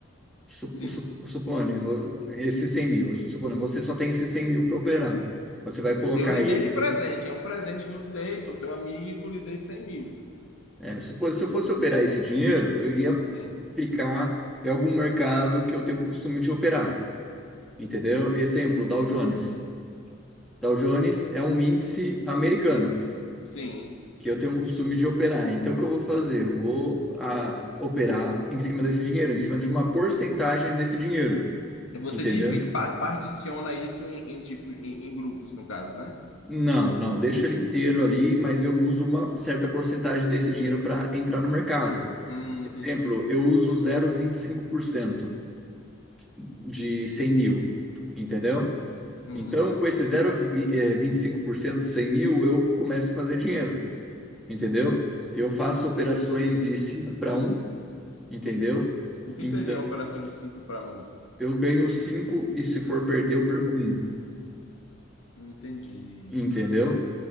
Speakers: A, in the centre; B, on the left (about 85°).
A: Sup-
B: Sim.
A: sup- Supone, vo- esses 100 mil, supone, você só tem esses 100 mil para operar. Você vai colocar
B: Eu lhe
A: aí,
B: dei de presente. É um presente que eu lhe dei. Sou seu amigo, lhe dei 100 mil.
A: é, supone, se eu fosse operar esse dinheiro, eu ia
B: Sim.
A: aplicar em algum mercado que eu tenho costume de operar, entendeu? Exemplo, Dow Jones. Dow Jones é um índice americano
B: Sim.
A: que eu tenho costume de operar. Então, o que eu vou fazer? Eu vou ah, operar em cima desse dinheiro, em cima de uma porcentagem desse dinheiro,
B: Você
A: entendeu?
B: divide, pa- particiona isso em, em tipo em, em grupos, no caso, né?
A: Não, não, deixo ele inteiro ali, mas eu uso uma certa porcentagem desse dinheiro para entrar no mercado.
B: Hum,
A: Exemplo,
B: entendi.
A: eu uso zero vírgula vinte e cinco por cento de 100 mil, entendeu?
B: Uhum.
A: Então, com esse zero vírgula vinte e cinco por cento de 100 mil, eu começo a fazer dinheiro, entendeu? Eu faço operações de 5 para um, entendeu?
B: O, o que
A: Então,
B: seria uma operação de 5 para um?
A: eu ganho 5 e se for perder, eu perco um,
B: Entendi.
A: entendeu?